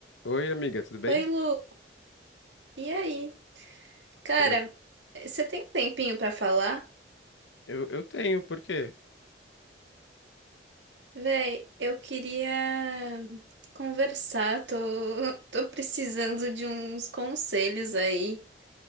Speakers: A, on the left; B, on the right.
A: Oi, amiga, tudo bem?
B: Oi, Lu. E aí? Cara,
A: Eu,
B: eh, você tem um tempinho pra falar?
A: eu, eu tenho, por quê?
B: Véi, eu queria conversar, tô, <laughs> tô precisando de uns conselhos aí,